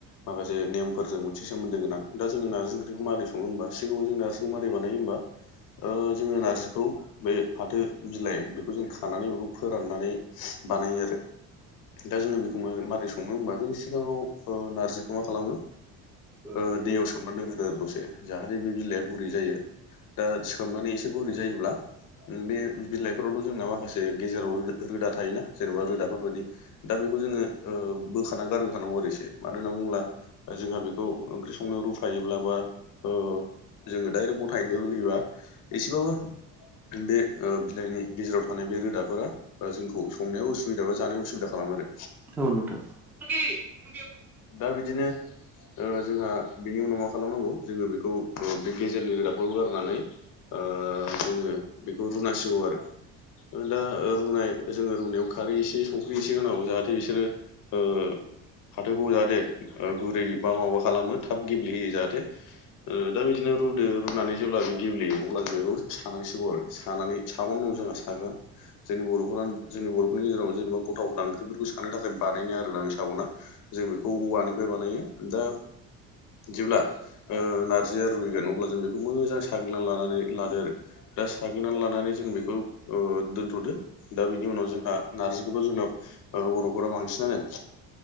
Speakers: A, on the left; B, in the centre.
A: माखासे नेमफोरजों मोनसे सोमोन्दो गोनां दा जों नारजि ओंख्रिखौ मारै सं संङो होमबा सिगाङाव जों नारजिखौ मारै बानायो होमबा ओ जोंङो नारजिखौ बे फाथो बिलाइ बेखौ जों खानानै बेखौ फोराननानै बानायो आरो। दा जोंङो बेखौ माबोरै संनो हबा जों सिगाङाव ओ नारजिखौ मा खालामो
B: ओ
A: दैयाव सोमनानै दोनगोन आरो दसे जाहाथे बे बिलाइआ गुरै जायो। दा सोमनानै एसे गुरै जायोब्ला बे बिलाइफोरावथ' जोंना माखासे गेजेराव रोदा थायोना जेन'बा रोदाफोरबायदि दा बेखौ जोङो ओ बोखाना गारहोखानांगौ आरोसे मानो होनना बुङोब्ला जोंहा बेखौ ओंख्रि संनो रुफायोब्ला बा ओ जोङो डाइरेक्ट गथायैनो रुयोबा एसेबाबो बे ओ बिलाइनि गेजेराव थानाय बे रोदाफोरा बा जोंखौ संनायावो उसुबिदा बा जानाय उसुबिदा खालामो आरो।
B: औ नोंथां औ
A: दा बिदिनो ओ जोंहा बिनि उनाव मा खालामनांगौ जोङो बेखौ बे गेजेरनि रोदाबखौ गारनानै ओ जोङो बेखौ रुनांसिगौ आरो। दा रुनाय जोंङो रुनायाव खारै एसे संख्रि एसे होनांगौ जाहाथे बिसोरो ओ फाथोखौ जाहाथे ओ गुरै बा माबा खालामो थाब गेब्लेहोयो जाहाथे। ओ दा बिदिनो रुदो रुनानै जेब्ला बे गेब्लेयो अब्ला जों बेखौ सानांसिगौ आरो सानानै सागं दं जोंहा साग्रा। जोंनि बर'फोर जोंनि बर'फोरनि गेजेराव जेनेबा गथा गथा ओंख्रिफोरखौ साननो थाखाय बानायनाया आरो ना बे सागङा। जों बेखौ औवानिफ्राय बानायो दा जेब्ला ओ नारजिया रुइगोन अब्ला जों बेखौ मोजां साग्लिना लानानै लादो आरो दा साग्लिनानै लानानै जों बेखौ ओ दोन्थ'दो दा बेनि उनाव जोंहा नार्जिखौबो जोंनाव ओ बर'फोरा बांसिनानो